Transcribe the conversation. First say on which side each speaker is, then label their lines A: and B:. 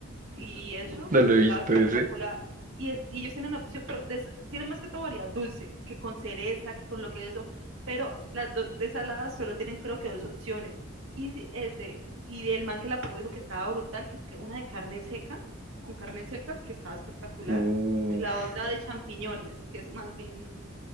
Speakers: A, on the right; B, on the right.
A: y eso,
B: No lo
A: y
B: he
A: quedaba
B: visto
A: espectacular.
B: ese.
A: Y, es, y ellos tienen opción, pero de, tienen más que todo variedad dulce, que con cereza, que con lo que es eso, pero las dos de saladas solo tienen creo que dos opciones. Y si es de, y el man que la probó dijo que estaba brutal, que es que una de carne seca, con carne seca, que estaba espectacular,
B: Uf.
A: y la otra de champiñones, que es más bien